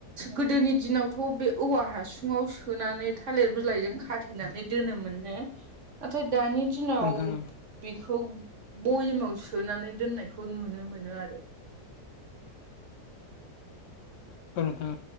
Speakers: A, on the right; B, on the left.
A: गोदोनि दिनावथ' बे औवा हासुुंआव सोनानै थालिर बिलाइजों खाथेनानै दोनोमोननो नाथाय दानि दिनाव
B: औ नोंथां औ
A: बेखौ बयेमाव सोनानै दोननायखौ नुनो मोनो आरो।
B: औ नोंथां